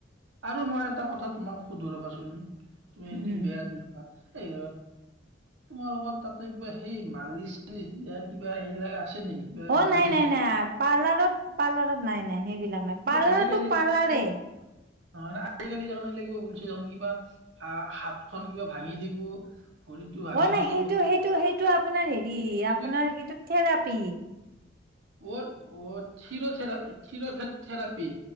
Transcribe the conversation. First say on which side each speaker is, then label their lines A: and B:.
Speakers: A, on the right (about 70°); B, on the right (about 50°).
A: আৰু মই এটা কথা। তোমাক সুধৰবাচোন। তুমি এদিন
B: উম।
A: বিয়াত নাপা এই তোমাৰ লগত তাতে কিবা সেই মালিচ চালিচ দিয়া কিবা সেইবিলাক আছে নেকি কিবা
B: অহ
A: মালিচ
B: ' নাই - নাই - নাই। পাৰ্লাৰত - পাৰ্লাৰত নাই - নাই সেইবিলাক নাই পাৰ্লাৰটো-
A: আজিকালি
B: পাৰ্লাৰে।
A: নাথাকিলে নহয় আজিকালি যখ এই ল কিব লছে দেখন কিবা হা হাত খ কিবা ভাঙি দিব। ভৰিটো ভাঙি
B: অহ ' নাই
A: দিব
B: সেইটো - সেইটো - সেইটো আপোনাৰ হেৰি
A: সেইটো
B: আপোনাৰ এইটো থেৰাপি।
A: অহ ' থিৰো থেৰা থোৰা থেৰাপি।